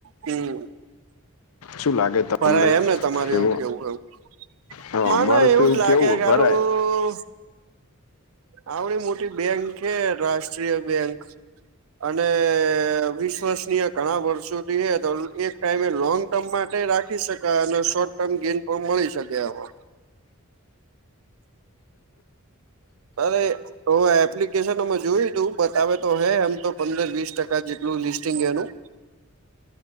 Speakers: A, on the right (about 70°); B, on the left (about 80°).
A: હમ્મ,
B: શું લાગે તમને
A: ફરાય એમ ને તમારે
B: એમાં
A: એવું કેવું એવું.
B: હા,
A: માને
B: અમારું
A: એવું
B: તો
A: જ લાગે
B: કેવું
A: ગારું
B: ભરાય
A: આવડી મોટી બેંક કે રાષ્ટ્રીય બેંક? અને વિશ્વાસનીય ઘણા વર્ષોથી હે તો એક ટાઈમે લોંગ ટર્મ માટે રાખી શકાય અને શોર્ટ ટર્મ ગેન પણ મળી શકે આમાં. હવે તો એપ્લિકેશન અમે જોયું તું, બતાવે તો હે એમ તો પંદર વીસ ટકા જેટલું લિસ્ટિંગ એનું.